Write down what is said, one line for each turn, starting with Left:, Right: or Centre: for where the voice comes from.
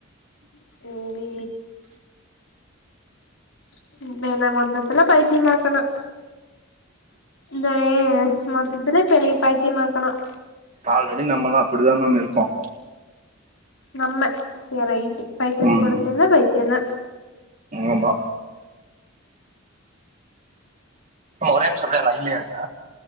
Left: செரி <inaudible> மொத்தத்துல பைத்தியமாக்கணும் தே மொத்தத்துல இப்ப பைத்தியமாக்கணும்
Right: ஆல்ரெடி நம்மல்லாம் அப்டிதா நம்ம இருக்கோம்
Left: நம்ம சேர் ரைட் பைத்தியத்துக்கூட
Right: ம்,
Left: சேர்ந்த பைத்தியம் தா
Right: ஆமா ஒரே நிமிஷம் அப்டியே லைன்லே இருங்க